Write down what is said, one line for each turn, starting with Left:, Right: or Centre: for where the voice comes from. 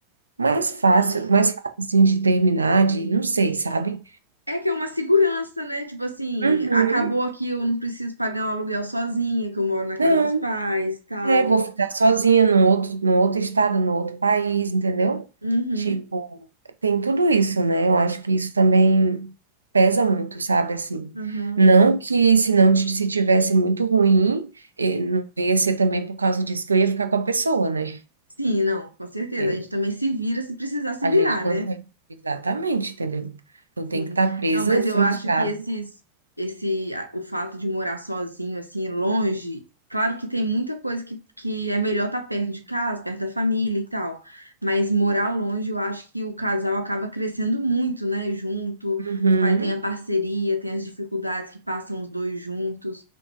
Right: mais fácil,
Left: Sim.
Right: mais fácil assim de terminar, de, não sei, sabe?
Left: É que é uma segurança, né? Tipo assim,
Right: Uhum.
Left: acabou aqui, eu não preciso pagar um aluguel sozinha, que eu moro na casa
Right: Não.
Left: dos pais, tal.
Right: É, vou ficar sozinha num outro, num outro estado, num outro país, entendeu?
Left: Uhum,
Right: Tipo, tem tudo isso, né? Eu acho que isso também pesa muito, sabe? Assim,
Left: uhum.
Right: não que se não ti- se tivesse muito ruim, eh, não ia ser também por causa disso que eu ia ficar com a pessoa, né?
Left: Sim, não, com certeza.
Right: É,
Left: A gente também se vira se precisar se
Right: a
Left: virar,
Right: gente consegue.
Left: né?
Right: Exatamente, entendeu? Não tem
Left: Sim.
Right: que estar presa,
Left: Não, mas
Right: frustrada.
Left: eu acho que esses, esse, a- o fato de morar sozinho, assim, longe, claro que tem muita coisa que, que é melhor estar perto de casa, perto da família e tal. Mas morar longe, eu acho que o casal acaba crescendo muito, né? Junto,
Right: Uhum.
Left: fa- tem a parceria, tem as dificuldades que passam os dois juntos.